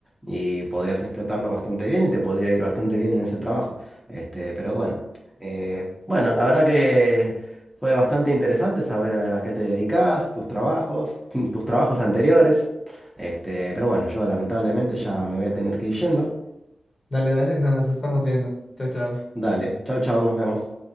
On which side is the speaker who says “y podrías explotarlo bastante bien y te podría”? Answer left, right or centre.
Centre